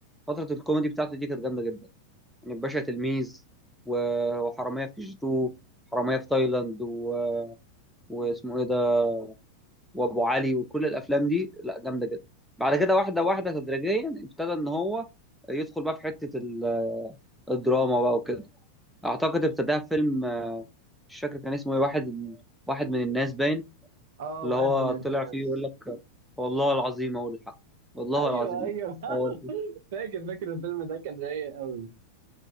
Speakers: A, in the centre; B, on the right.
A: فترة الكوميدي بتاعته دي كانت جامدة جدا يعني باشا تلميذ و- وحرامية في كي جي 2 حرامية في تايلاند و... واسمه ايه ده وابو علي وكل الافلام دي لا جامده جدا بعد كده واحده واحده تدريجيا ابتدى ان هو يدخل بقى في حته ال- الدراما بقى وكده اعتقد ابتداها في فيلم مش فاكر كان اسمه ايه واحد واحد من الناس باين
B: آه
A: اللي
B: واحد
A: هو
B: من
A: طلع
B: الناس
A: فيه يقول لك والله العظيم اقول الحق والله
B: أيوه
A: العظيم
B: أيوه <laughs>
A: اقول الحق.
B: فاكر فاكر الفيلم ده كان رايق قوي